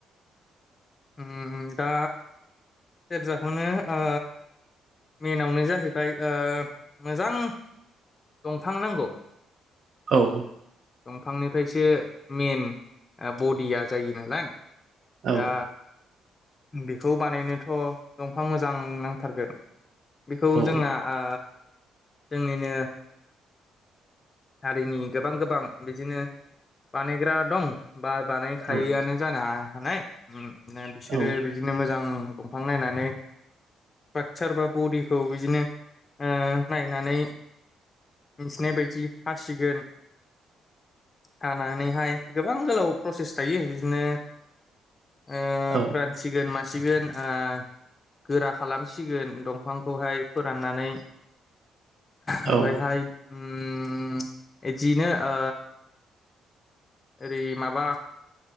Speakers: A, on the left; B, on the right.
A: उम दा सेरजाखौनो ओ मेनावनो जाहैबाय ओ मोजां दंफां नांगौ।
B: औ
A: दंफांनिफ्रायसो मेन बडिया जायो नालाय।
B: औ
A: दा बेखौ बानायनोथ' दंफां मोजां नांथारगोन। बेखौ
B: औ
A: जोंना ओ जोंनिनो हारिनि गोबां गोबां बिदिनो बानायग्रा दं। बा बानायखायोआनो
B: औ
A: जानो हानाया बिसोरो
B: औ
A: बिदिनो मोजां दंफां नायनानै बाक्सार बा बरडिखौ बिदिनो ओ नायनानै मिथिनाय बायदि हासिगोन हानानैहाय गोबां गोलाव प्रसेस थायो बिदिनो ओ
B: औ
A: फोरानसिगोन मासिगोन ओ गोरा खालामसिगोन दंफांखौहाय फोराननानै ओमफ्रायहाय
B: औ
A: उम इदिनो ओ ओरै माबा